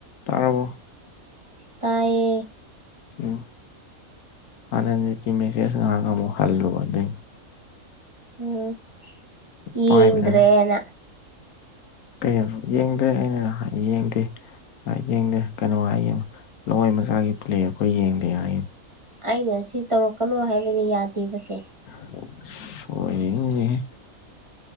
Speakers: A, on the left; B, on the right.
A: <inaudible> ꯇꯥꯔꯕꯣ꯫
B: ꯇꯥꯌꯦ꯫
A: ꯎꯝ ꯑꯅꯟꯖꯤꯠꯀꯤ ꯃꯦꯁꯦꯖ ꯉꯍꯥꯛ ꯑꯃꯨꯛ ꯍꯜꯂꯨꯕ ꯑꯗꯨꯏꯅꯦ꯫
B: ꯎꯝ꯫ ꯌꯦꯡꯗ꯭ꯔꯦꯅ
A: ꯄꯥꯏꯕꯗꯪ ꯀꯩꯅꫭ ꯌꯦꯡꯗꯔꯦ ꯑꯩꯅ ꯌꯦꯡꯗꯦ꯫ ꯑꯥꯏ ꯌꯦꯡꯗꯦ ꯀꯩꯅꯣ ꯍꯥꯏꯌꯦ ꯂꯋꯥꯏ ꯃꯆꯥꯒꯤ ꯄ꯭ꯂꯦ ꯑꯩꯈꯣꯏ ꯌꯦꯡꯗꯦ ꯍꯥꯏꯌꯦ꯫
B: ꯑꯩ ꯉꯁꯤ ꯇꯧꯔꯛꯀꯅꯣ ꯍꯥꯏꯕꯅꯤ ꯌꯥꯗꯦꯕꯁꯦ꯫
A: <inaudible>